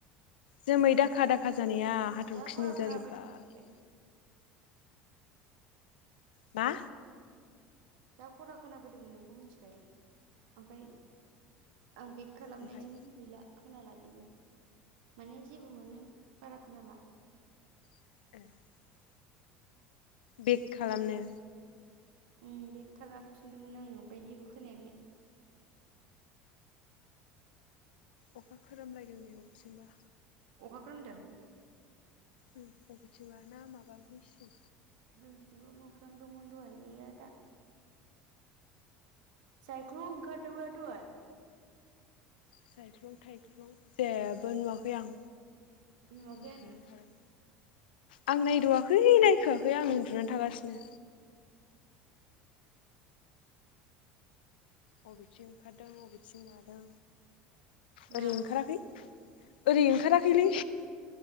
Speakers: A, on the left; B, on the right.
A: जोमै दाखा दाखा जानाया हाथरखिनिु
B: जा खरा खोनाफैदोंमोन
A: जाजोब्बाय
B: ओमफ्राय
A: बा
B: जा खरा खोनााबैदोंमोनों बेखौ मिथिबाय ओमफ्राय आं बेग खालामनायजों
A: ओमफ्राय
B: गैला खोनाला जेबो माने जेबो मोनो बारा खोनाला
A: <inaudible> बेक खालामनो
B: उम बेख खालामफिनदोंमोन आङो ओमफाय जेबो खोनायाखै
A: अखा खोरोमलायदों नै अबथिंबा
B: अखा खोरोमदों
A: उम अबेथिंबा ना माबाखैसो
B: जोंथिंबो मोफ्लाम दोंमोन दहाय गैया दा <unintelligible> ओंखारदोंबा दहाय
A: सायख्लं थायख्लं जेबो नुवाखै आं
B: नुवाखै
A: उन्दुनानै
B: आरोलै
A: थादों आं नायदावाखै नायखोआखै आं उन्दुनानै थागासिनो अबेथिं ओंखारदों अबेथिं मादों
B: मा
A: ओरै ओंखाराखै ओरै ओंखाराखैलै।